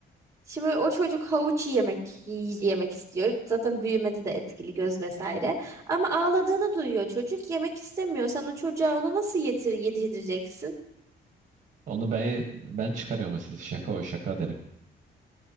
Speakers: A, on the right (about 15°); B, on the right (about 45°).
A: Şimdi o çocuk havuç yemek yiy- yemek istiyor. Zaten büyümede de etkili göz vesaire. Ama ağladığını duyuyor çocuk. Yemek istemiyor. Sen o çocuğa onu nasıl yedir yedireceksin?
B: Onu ben ben çıkarıyorum siz şaka o şaka derim.